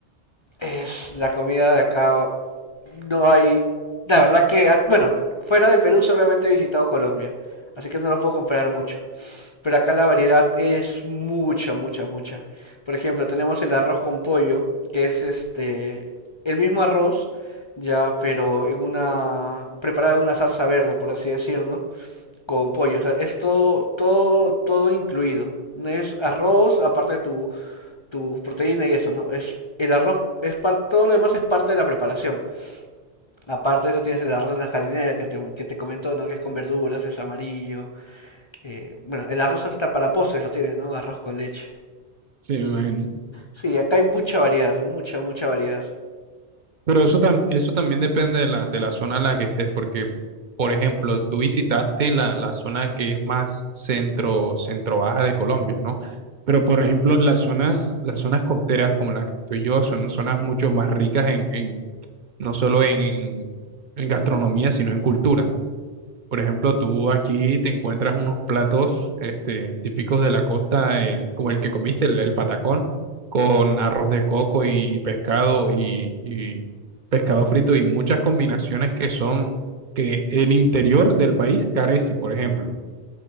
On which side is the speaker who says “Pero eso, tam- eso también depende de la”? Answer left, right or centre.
Right